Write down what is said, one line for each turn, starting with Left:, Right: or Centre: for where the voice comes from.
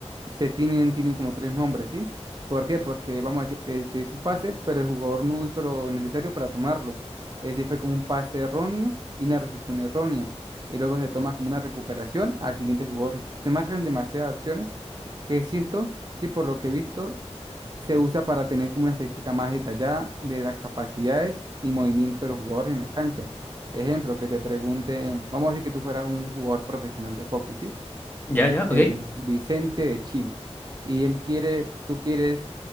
Right: se tienen, tienen como tres nombres, ¿sí? ¿Por qué? Porque vamos a decir que se hizo un pase, pero el jugador no hizo lo necesario para tomarlo. Ese fue como un pase erróneo y una recepción errónea. Y luego se toma como una recuperación al siguiente jugador. Se marcan demasiadas acciones que siento, sí, por lo que he visto, se usa para tener como una estadística más detallada de las capacidades y movimiento de los jugadores en la cancha. Ejemplo, que te pregunte, vamos a decir que tú fueras un jugador profesional de hockey, ¿sí?
Left: Ya, ya,
Right: eh,
Left: ok.
Right: Vicente de Chile. Y él quiere, tú quieres